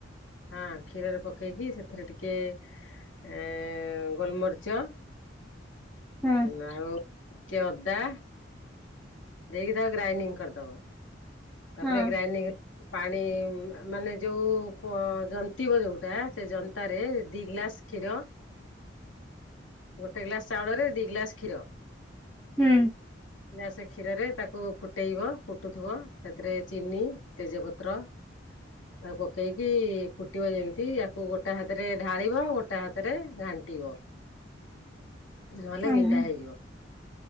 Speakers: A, on the left; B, in the centre.
A: ହଁ କ୍ଷୀରରେ ପକେଇକି ସେଥିରେ ଟିକେ ଏ ଗୋଲମରିଚ।
B: ହଁ
A: ହୁଁ ଆଉ? ଟିକେ ଅଦା ଦେଇକି ତା ଗ୍ରାଇଡିଙ୍ଗ କରି ଦବ। ତାପରେ
B: ହଁ
A: ଗ୍ରାଇଣ୍ଡିଙ୍ଗ୍ ପାଣି ମାନେ ଯୋଉ ଜନ୍ତିବ ଯୋଉଟା ସେ ଜନ୍ତାରେ ଦି ଗ୍ଲାସ କ୍ଷୀର ଗୋଟେ ଗ୍ଲାସ ଚାଉଳରେ ଦି ଗ୍ଲାସ କ୍ଷୀର।
B: ହୁଁ।
A: <inaudible> କ୍ଷୀରରେ ତାକୁ ଫୁଟେଇବ ଫୁଟୁଥିବ, ସେଥିରେ ଚିନି ତେଜପତ୍ର ତାକୁ ପକେଇକି ଫୁଟିବ ଯେମିତି ତାକୁ ଗୋଟା ହାତରେ ଢାଳିବ ଗୋଟା ହାତରେ ଘାଣ୍ଟିବ। ନହଲେ
B: ଓହୋ
A: ବିଣ୍ଡା ହେଇଯିବ।